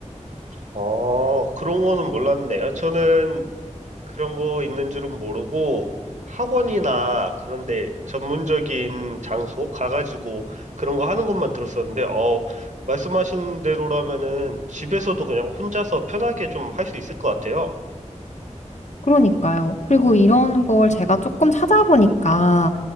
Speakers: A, on the right (about 70°); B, on the left (about 65°).
A: 어, 그런 거는 몰랐네요. 저는 그런 거 있는 줄은 모르고 학원이나 그런데 전문적인 장소 가가지고 그런 거 하는 것만 들었었는데, 어, 말씀하신 대로라면은 집에서도 그냥 혼자서 편하게 좀 할 수 있을 것 같아요.
B: 그러니까요. 그리고 이런 걸 제가 조금 찾아보니까